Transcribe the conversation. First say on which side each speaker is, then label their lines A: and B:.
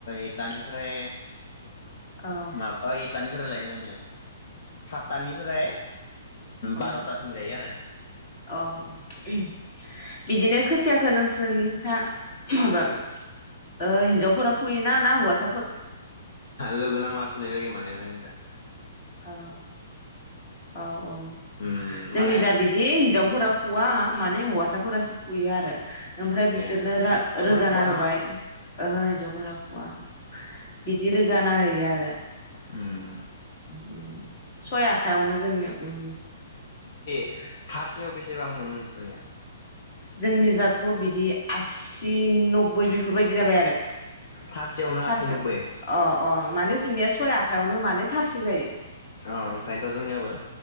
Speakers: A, on the left; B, on the left.
A: एटानिफ्राय
B: औ
A: माबा अ एटानिफ्राय लायोनो साततानिफ्राय
B: औ
A: बार'थासिम गायो आरो।
B: औ उम। बिदिनो खो थियाखोनो जोंनिजा माबा ओ हिनजावफोरा फुयैना ना हौवासा
A: लोगो नांला फुनाय जायो माने जोंनिजा
B: औ औ औ
A: उम
B: जोंनिजा
A: माने
B: बिदि हिनजावसाफोरा फुवा माने हौवासाफोरासो फुयो आरो ओमफ्राय
A: ए
B: बिसोरनो
A: हिनजावफोरा
B: रोगाना
A: फुवा नामा?
B: होबाय ओहो हिन्जावफोरा फुवा। बिदि रोगाना होयो आरो। <unintelligible>
A: ओम।
B: उम उम सय आखायावनो जोंनि उम
A: ए थारसेयाव बेसेबां मोनो नोंसोरनिया?
B: जोंनि जाथ' बिदि आसि नबबै बेफोरबायदि जाबाय आरो थारसेयाव
A: थारसेयावनो आसि नब्बै
B: ओ ओ माने जोंनिया सय आखायावनो माने थारसे जायो
A: अ ओंखायनोथ' जोंनियाबो